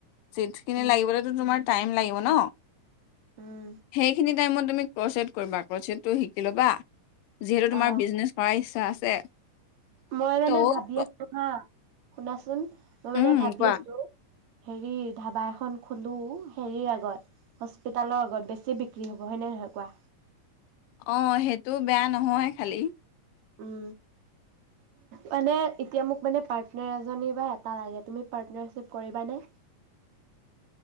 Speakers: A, on the left; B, on the right.
A: চিটছ খিনি
B: উম,
A: লাগিবলৈ তোমাৰ টাইম লাগি হ'ব ন।
B: উম,
A: সেইখিনিত টাইমত তুমি ক্ৰছেট কৰিবা, ক্ৰছেটটো শিকি ল'বা। যিহেতু, তোমাৰ
B: অ',
A: বিজনেছ কৰাই <unintelligible> আছে!
B: মই মানে,
A: ত'
B: ভাবি আছো হা! শুনাচোন? মই মানে,
A: উম
B: ভাবি
A: কোৱা
B: আছো। হেৰি ধাবা এখন খুলো, হেৰিৰ আগত, হস্পিতালৰ আগত। বেছি বিক্ৰী হ'ব, হয়নে নহয় কোৱা?
A: অ' সেইটো বেয়া নহয়, খালি।
B: উম! মানে, এতিয়া মোক পাৰ্টনাৰ এজনী বা এটা লাগে, তুমি পাৰ্টনাৰশ্বিপ কৰিবানে?